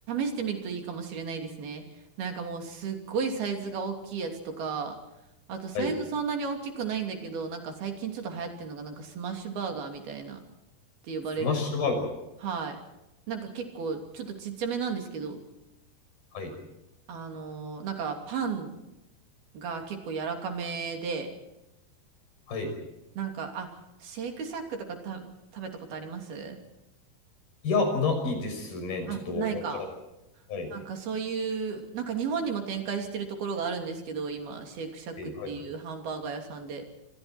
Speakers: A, on the right; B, on the left.
A: してみるといいかもしれないですね。なんかもうすっごいサイズが大きいやつとか、あとサイズそんなに大きくないんだけど、
B: はい。
A: なんか最近ちょっと流行ってるのがなんかスマッシュバーガーみたいなって呼ばれる。
B: スマッシュバーガー。
A: はい。なんか結構ちょっとちっちゃめなんですけど、
B: はい、
A: あのーなんかパンが結構柔らかめで、
B: はい。
A: なんか、あ、シェイクシャックとかた食べたことあります
B: いや、ないですね。
A: あ、
B: ちょっとわからない。
A: ないか。
B: はい、
A: なんかそういう、なんか日本にも展開してるところがあるんですけど、今、シェイクシャックっていうハンバーガー屋さんで。
B: えーはい。